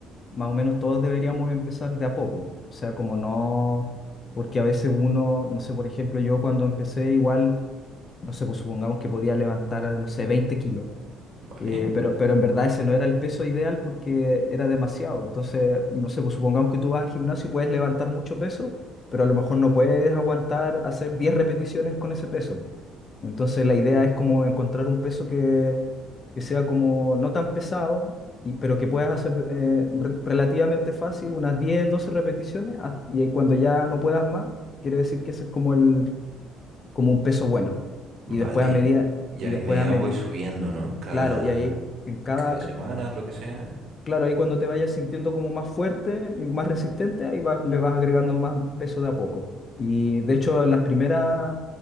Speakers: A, on the left; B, on the right.
A: más o menos todos deberíamos empezar de a poco. O sea, como no, porque a veces uno, no sé, por ejemplo, yo cuando empecé igual, no sé, pues supongamos que podía levantar, no sé, 20 kilos.
B: vale,
A: eh, pero, pero en verdad ese no era el peso ideal porque era demasiado. Entonces, no sé, pues supongamos que tú vas al gimnasio y puedes levantar mucho peso, pero a lo mejor no puedes aguantar hacer 10 repeticiones con ese peso. Entonces la idea es como encontrar un peso que, que sea como no tan pesado, y, pero que puedas hacer eh, re- relativamente fácil, unas 10 12 repeticiones, ah, y ahí cuando ya no puedas más, quiere decir que ese es como, el, como un peso bueno. Y
B: vale.
A: después a medida,
B: Ya
A: y después
B: y media
A: a medida,
B: voy subiendo, ¿no? Cada,
A: claro, y ahí en cada,
B: cada semana, lo que sea.
A: Claro, ahí cuando te vayas sintiendo como más fuerte y más resistente, ahí va- le vas agregando más peso de a poco. Y de hecho, las primeras,